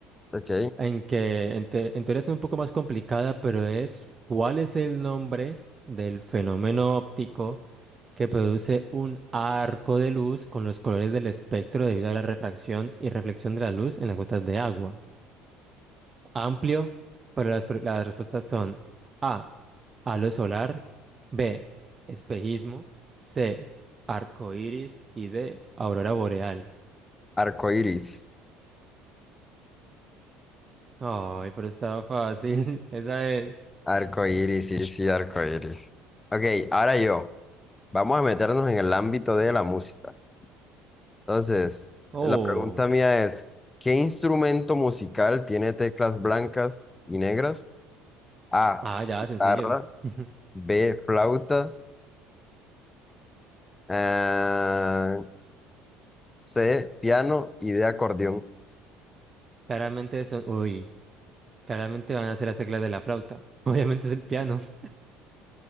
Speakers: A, on the left; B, on the right.
A: ok.
B: en que en, te- en teoría es un poco más complicada, pero es ¿cuál es el nombre del fenómeno óptico que produce un arco de luz con los colores del espectro debido a la refracción y reflexión de la luz en las gotas de agua? Amplio, pero las, pre- las respuestas son A, halo solar, B, espejismo, C, arco iris y D, aurora boreal.
A: Arcoíris,
B: Ay, pero estaba fácil. <laughs> Esa es.
A: arcoíris, sí, sí, arcoíris. Ok, ahora yo, vamos a meternos en el ámbito de la música. Entonces,
B: Oh,
A: la pregunta mía es, ¿qué instrumento musical tiene teclas blancas y negras? A,
B: ah, ya,
A: guitarra,
B: sencillo. <laughs>
A: B, flauta, ah, C, piano y D, acordeón.
B: Claramente son. Uy, claramente van a ser las teclas de la flauta. <laughs> Obviamente es el piano. <laughs>